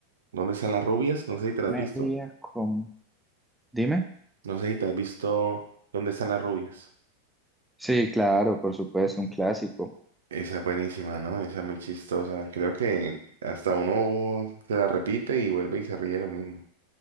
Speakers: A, on the right; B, in the centre.
A: ¿Dónde están las rubias? No sé si te las
B: Media
A: has visto.
B: con... Dime.
A: No sé si te has visto ¿Dónde están las rubias?
B: Sí, claro, por supuesto, un clásico.
A: Esa es buenísima, ¿no? Esa es muy chistosa. Creo que hasta uno se la repite y vuelve y se ríe de lo mismo.